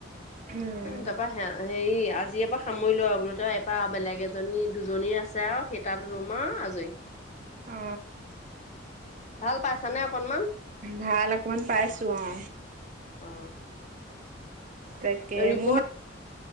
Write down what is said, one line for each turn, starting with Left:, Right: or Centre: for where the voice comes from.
Right: উম
Left: তাপা হেৰি আজিয়ে পা সামৰি লোৱা বোলো। তই, এপা বেলেগ এজনী দুজনীৰ আছ ছে আৱ সেই তাত ৰুম আও আজৰি।
Right: অ।
Left: ভাল পাইছ নে অকণমান?
Right: ভাল অকমান পাইছো অ।
Left: অ।
Right: তাকে
Left: ৰিপৰ্ট।
Right: মোৰ